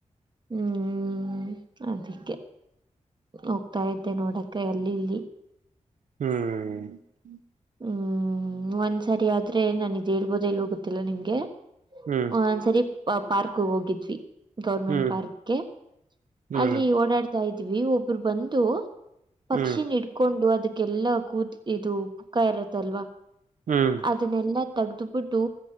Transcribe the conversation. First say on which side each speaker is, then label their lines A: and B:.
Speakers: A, on the right; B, on the right.
A: ಹ್ಮ್ ಅದಕ್ಕೆ ಹೋಗ್ತಾ ಇದ್ದೆ ನೋಡಕ ಎಲ್ಲಿಲ್ಲಿ
B: ಹ್ಮ್
A: ಹ್ಮ್ ಒಂದ್ಸರಿ ಆದ್ರೆ ನಾನ ಇದ್ ಹೇಳ್ಬೋದ ಎಲ್ಲಿ ಹೋಗುತ್ತಿಲ್ಲಾ ನಿಮ್ಗೆ
B: ಹ್ಮ್ ಹ್ಮ್
A: ಹ್ ಸರಿ ಪಾರ್ಕ್ ಹೋಗಿದ್ವಿ ಗೌರ್ಮೆಂಟ್
B: ಹ್ಮ್
A: ಪಾರ್ಕ್ಗೆ
B: ಹ್ಮ್
A: ಅಲ್ಲಿ ಓಡಾಡ್ತಾ ಇದ್ವಿ ಒಬ್ಬರು ಬಂದು ಪಕ್ಷಿ
B: ಹ್ಮ್
A: ಇಡ್ಕೊಂಡು ಅದಕ್ಕೆಲ್ಲ ಕೂತ್ ಇದು ಪುಕ್ಕ ಇರತ್ತಲ್ವಾ
B: ಹ್ಮ್
A: ಅದನ್ನೆಲ್ಲಾ ತಗ್ದಬಿಟ್ಟು